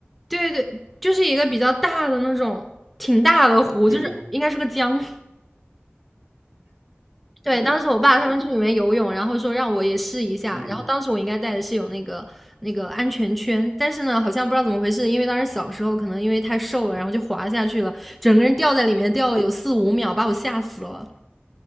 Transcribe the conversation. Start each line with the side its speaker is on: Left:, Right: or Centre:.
Centre: 对对对，就是一个比较大的那种，挺大的湖，
Right: 对对，
Centre: 就是应该是个江，对，当时我爸他们去里面游泳，然后说让我也试一下。
Right: 嗯，
Centre: 然后当时我应该带的是有那个那个安全圈，但是呢，好像不知道怎么回事，因为当时小时候可能因为太瘦了，然后就滑下去了，整个人掉在里面掉了有四五秒，把我吓死了。